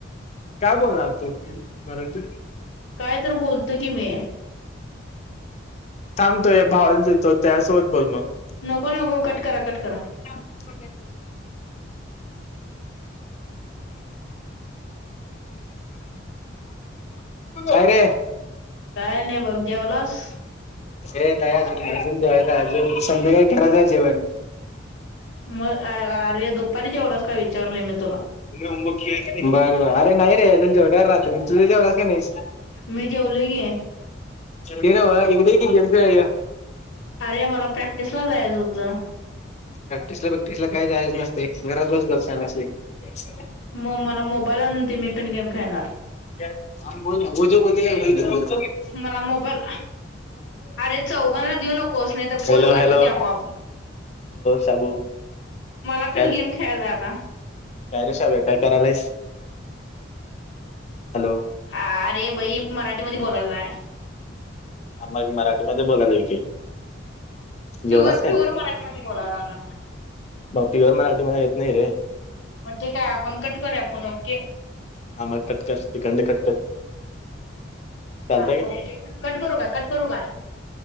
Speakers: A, on the left; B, on the left.
A: काय बोलणार तू मराठी?
B: काय तर बोलतो की मी.
A: थांब तोय भावल देतो त्या सोबत बोल मग.
B: नको नको कट करा, कट करा.
A: <unintelligible> <inaudible> <inaudible> काय रे
B: काय नाही बघ जेवलास?
A: हे नाही अज अजून जेवायचा अजून संध्याकाळी करायचय
B: मग आअ अरे दुपारी जेवलास काय विचारलोय मी तुला.
A: बर बर अरे नाही रे जजून जेवढ्या रात्री तुझ जेवलास का नाहीस?
B: मी जेवलोय की.
A: ते ना इकडे ये की गेम खेळुया म.
B: अरे मला प्रॅक्टिस ला जायचं होतं.
A: प्रॅक्टिस ला प्रॅक्टिस ला काही जायच नसते घरात बस गप शहाना आहेस लयी.
B: मग मला मोबाईल आणून दे मी पण गेम खेळणार.
A: <unintelligible>
B: मला मोबाईल अरे चौघांला देऊ नकोस नाही तर फोन
A: हॅलो
B: कट
A: हॅलो
B: होतय आपोआप.
A: शाबू
B: मला पण
A: काय रे
B: गेम खेळायचा आता.
A: काय रे शाभ्या काय करायलायस? हॅलो.
B: अ अरे भाई मराठी मध्ये बोलांचाय.
A: आ म मराठीमध्ये बोलालोय की. जेवलास
B: प्युअर
A: काय
B: प्युअर मराठी मधे बोलाय लागल्या.
A: मग प्युअर मराठी मला येत नाही रे
B: मग ठीक आहे आपण कट करूया फोन ओके.
A: हा मग कट कर तिकडनं कट कर. चालतंय
B: हा
A: काय
B: ओके कट करू का कट करू का?